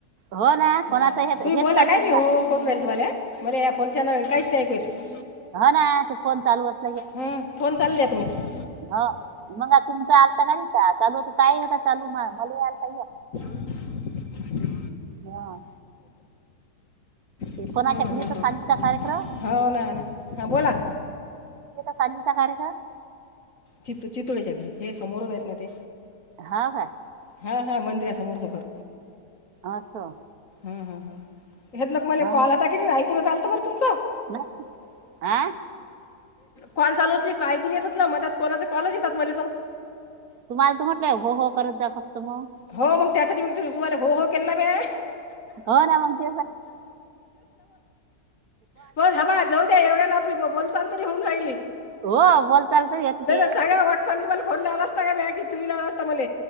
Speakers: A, on the right; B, on the left.
A: हो ना कोणाचं
B: ह
A: हे
B: तुम्ही
A: हेच
B: बोला
A: चालू
B: काय
A: आहे
B: नाही हो
A: का
B: करून राहिल तुम्हाला मला या फोनच्या काहीच नाही ऐकूत म
A: हा ना ते फोन चालू असत
B: हम्म फोन चालू दया तुम्ही
A: हो मग तुमच आलता का का चाल हो तर ता होता चालू मग मला आलता
B: <inaudible>
A: हा ते
B: हम्म
A: कोणाच्या घरी
B: हम्म
A: तर सांजीचा कार्यक्रम
B: हम हो ना हो ना हा बोला
A: पानीचा कार्यक्रम
B: चित चितोळेच्या घरी हे समोरच आहेत ना ते
A: हा का
B: हा हा मंदिर आहे समोरचं फर
A: अचछा!
B: ह ह हेत लग मला कॉल
A: ना
B: होता की नाही ऐकून चाल बर तुमचं.
A: नाही आं.
B: कॉल चालू असली ऐकून येतात ना म त्यात कोणाचा कॉलच येतात मला तो
A: तुम्हाला तर म्हटलंय हो हो करत जा फक्त मग
B: हो मग त्यासाठी मग त तुम्हाला हो हो केला म
A: हो नामक
B: बोल हबा जाऊ द्या एवढ्याला आपली बोलचाल तरी हो राहि नाही
A: हो बोल चालतं येते ते
B: सगळ्याण तुम्हाला फोन लावला असता का तुम्ही लाव असता मला